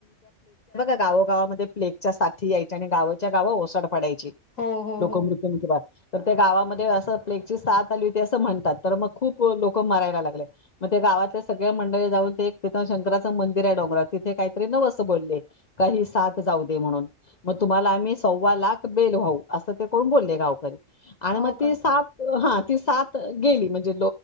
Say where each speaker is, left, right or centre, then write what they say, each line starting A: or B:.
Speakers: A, on the left; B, on the left.
A: गाव गावामध्ये प्लेगच्या साथी यायच्या आणि गावाच्या गाव ओसाड पडायची
B: हो, हो,
A: लोकमृत्य
B: हो.
A: तर त्या गावामध्ये असं प्लेगची साथ आली होती असं म्हणतात तर मग खूप लोक मरायला लागले.. मग ते गावातल्या सगळ्या मंडळी जाऊन ते एक तिथं शंकराचं मंदिर आहे डोंगरात तिथे काहीतरी नवसं बोलले... काही सात जाऊ दे म्हणून मग तुम्हाला आम्ही सव्वा लाख बेल व्हाऊ असं ते करून बोलले गावकरी आणि
B: हो
A: मग
B: का?
A: त साप ह ते साप.... गे म्हणजे